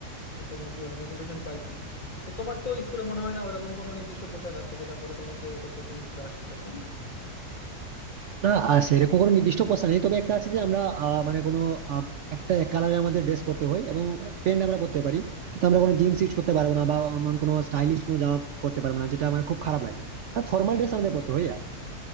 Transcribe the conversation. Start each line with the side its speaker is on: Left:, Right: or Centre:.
Left: উম, তোমার কি বলে মোটিভেশন পাইছি তো তোমার তো স্কুলে মনে হয় না ওইরকম কোনো নির্দিষ্ট পোশাক আছে যেটা পরে তোমাকে প্রত্যেকদিন স্কুলে আসতে হয় তাই না
Right: না আহ, সেরকম কোনো নির্দিষ্ট পোশাক নেই তবে একটা আছে যে আমরা আহ, মানে কোনো আহ, একটা এক কালারে আমাদের ড্রেস পরতে হয় এবং প্যান্ট আমরা পরতে পারি কিন্তু আমরা কোনো জিন্স ইউজ করতে পারবো না বা এমন কোনো স্টাইলিশ কোনো জামা পরতে পারবো না যেটা আমার খুব খারাপ লাগে আর ফর্মাল ড্রেস আমাদের পরতে হয় আর